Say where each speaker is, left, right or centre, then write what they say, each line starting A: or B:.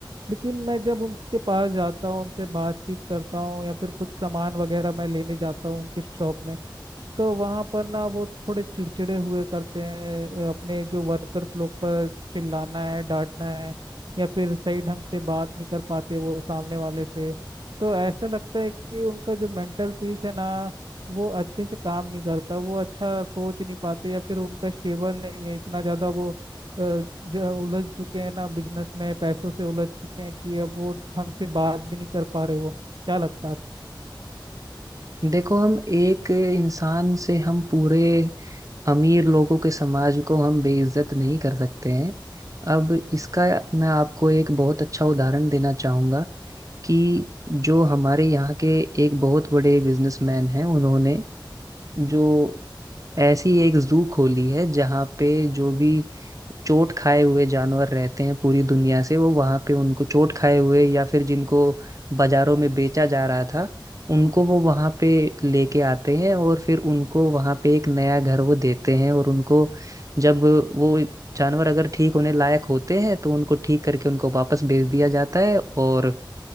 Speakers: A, on the right; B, on the right.
A: लेकिन मैं जब उनके पास जाता हूँ उनसे बातचीत करता हूँ या फिर कुछ सामान वगैरह मैं लेने जाता हूँ उनके शॉप में तो वहां पर ना वो थोड़े चिड़चिड़े हुए करते हैं अपने जो वर्कर्स लोग पर चिल्लाना है डांटना है या फिर सही ढंग से बात नहीं कर पाते वो सामने वाले से तो ऐसा लगता है कि उनका जो मेंटल पीस है ना वो अच्छे से काम नहीं करता वो अच्छा सोच नहीं पाते या फिर उनका स्टेबल नहीं है इतना ज्यादा वो अ, जो उलझ चुके हैं ना बिजनेस में पैसों से उलझ चुके हैं कि अब वो ढंग से बात भी नहीं कर पा रहे वो क्या लगता है
B: देखो हम एक इंसान से हम पूरे अमीर लोगों के समाज को हम बेइज्जत नहीं कर सकते हैं अब इसका मैं आपको एक बहुत अच्छा उदाहरण देना चाहूंगा कि जो हमारे यहाँ के एक बहुत बड़े बिजनेसमैन हैं उन्होंने जो ऐसी एक जू खोली है जहाँ पे जो भी चोट खाए हुए जानवर रहते हैं पूरी दुनिया से वो वहां पे उनको चोट खाए हुए या फिर जिनको बाजारों में बेचा जा रहा था उनको वो वहां पे लेके आते हैं और फिर उनको वहां पे एक नया घर वो देते हैं और उनको जब वो जानवर अगर ठीक होने लायक होते हैं तो उनको ठीक करके उनको वापस भेज दिया जाता है और